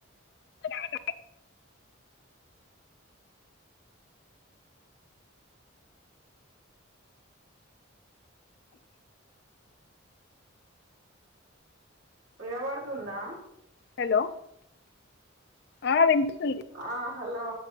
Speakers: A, on the left (about 50°); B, on the right (about 65°).
A: రావట్లేదు
B: వినబడుతుందా
A: హలో ఆ వినిపిస్తుంది
B: ఆ హలో